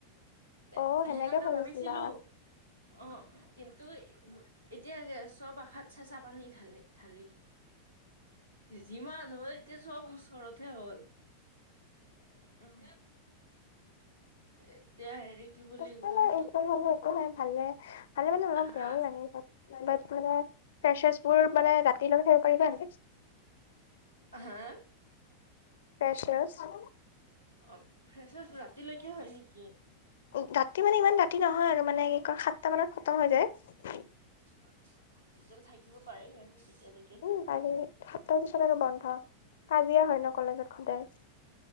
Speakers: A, on the right; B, on the left.
A: এ
B: অ
A: সেনেকে
B: ভাবিছিলা
A: ভাবিছিলো অ' কিন্তু এতিয়াকে চব আশাত চেঁচা পানী ঢালি-ঢালিল৷ যিমান হয় এতিয়া চব ওচৰত তে হ'ল, উম, এ- এ- এতিয়া হেৰি কি বুলি
B: একো
A: কয়
B: নাই, একো নহয়, একো নাই ভালে৷ আজিকালি অলপ
A: হা
B: বেয়াও লাগে। তাত মানে ফ্ৰেছাৰ্ছবোৰ মানে ৰাতিলৈকে থাকিব পাৰে যে এনেকে।
A: <inaudible> হা?
B: ফ্ৰেছাৰ্ছ।
A: অ' ফ্ৰেছাৰ্ছ ৰাতিলৈকে হয় নেকি?
B: উ-ৰাতি মানে ইমান ৰাতি নহয় আৰু, মানে কি কয় সাতটা মানত খতম হৈ যায়৷
A: অ' তেতিয়াহ'লে থাকিব পাৰি আৰু। তেতিয়ালৈকে
B: উম পাৰি, সাতটাৰ পিছত আৰু বন্ধ৷ কাজিয়া হয় ন, কলেজত সদায়৷